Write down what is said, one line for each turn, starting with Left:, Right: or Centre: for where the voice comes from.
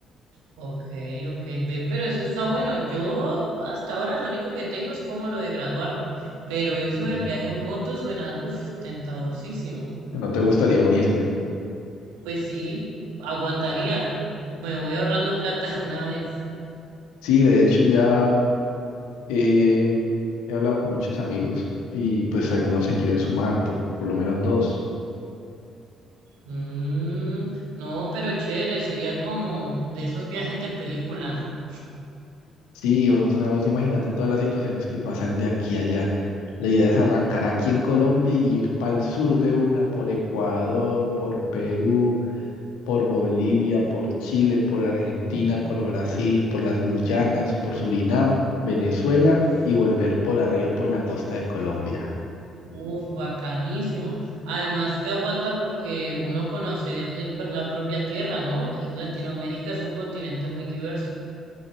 Right: Ok, ok, ve, pero eso está bueno. Yo hasta ahora lo único que tengo es como lo de graduarme, pero eso del
Left: Mm.
Right: viaje en moto suena, uff, tentadorcísimo.
Left: ¿No te gustaría unirte?
Right: Pues sí, aguantaría. Me voy ahorrando plata <laughs> una vez.
Left: Sí, de hecho ya eh, he hablado con muchos amigos y pues algunos se quieren sumar, por, por lo menos dos.
Right: Mm, no, pero chévere, sería como de esos viajes de película, ¿no?
Left: Sí, o sea, vos imagínate todas las situaciones que pasan de aquí a allá. La idea es arrancar aquí en Colombia y ir para el sur de una, por Ecuador, por Perú, por Bolivia, por Chile, por Argentina, por Brasil, por las Guyanas, por Surinam, Venezuela
Right: Uf,
Left: y volver por arriba por la costa de Colombia.
Right: uf, bacanísimo. Además que aguanta porque uno conoce el- la propia tierra, ¿no? Latinoamérica es un continente muy diverso.